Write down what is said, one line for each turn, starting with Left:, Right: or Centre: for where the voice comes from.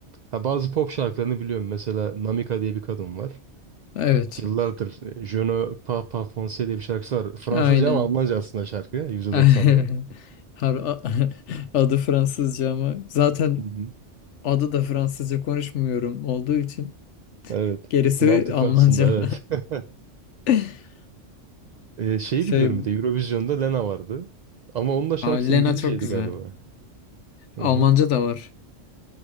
Right: Ha bazı pop şarkılarını biliyorum. Mesela Namika diye bir kadın var.
Left: Evet,
Right: Yıllardır e, Je ne parle pas français diye bir şarkısı var. Fransızca
Left: aynen.
Right: ama Almanca aslında şarkı. Yüzde
Left: <laughs>
Right: doksan hı.
Left: Har a- <laughs> adı Fransızca ama zaten
Right: <laughs>
Left: adı da Fransızca konuşmuyorum olduğu için
Right: Evet.
Left: gerisi
Right: Mantıklı
Left: Almanca.
Right: aslında evet. <laughs>
Left: <laughs>
Right: Ee, şeyi
Left: Şey,
Right: biliyorum bir de Eurovision'da Lena vardı. Ama onun da şarkısı
Left: aa, Lena
Right: İngilizceydi
Left: çok güzel.
Right: galiba.
Left: Almanca
Right: Hı hı.
Left: da var.